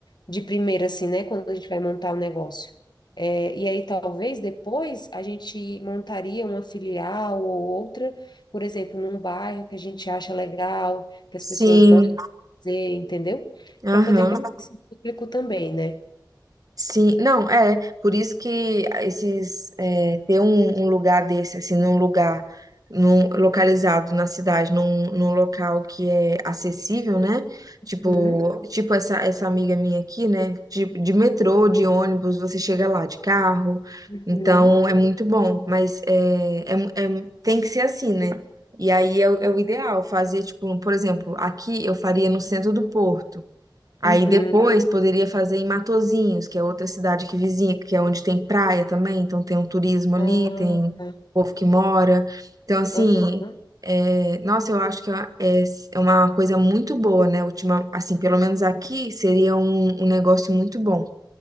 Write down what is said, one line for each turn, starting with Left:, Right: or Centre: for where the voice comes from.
Left: de primeiro, assim, né, quando a gente vai montar o negócio. É, e aí, talvez, depois, a gente montaria uma filial ou outra, por exemplo, num bairro que a gente acha legal, que
Right: sim,
Left: as pessoas gostam de fazer, entendeu?
Right: aham.
Left: Para poder pegar esse público também, né?
Right: Sim, não, é, por isso que esses, é, ter um, um lugar desse, assim, num lugar num, localizado na cidade, num, num local que é acessível, né? Tipo,
Left: Uhum,
Right: tipo essa, essa amiga minha aqui, né? De, de metrô, de ônibus, você chega lá de carro,
Left: uhum.
Right: então é muito bom, mas é, é, mu- é- tem que ser assim, né? E aí é, o é o ideal, fazer, tipo, por exemplo, aqui eu faria no centro do Porto, Aí
Left: Uhum.
Right: depois poderia fazer em Matozinhos, que é outra cidade que vizinha, que é onde tem praia também, então tem um turismo ali,
Left: Ah,
Right: tem
Left: tá.
Right: povo que mora. Então, assim,
Left: Aham.
Right: é, nossa, eu acho que é, é- é uma coisa muito boa, né? Ultima, assim, pelo menos aqui seria um, um negócio muito bom.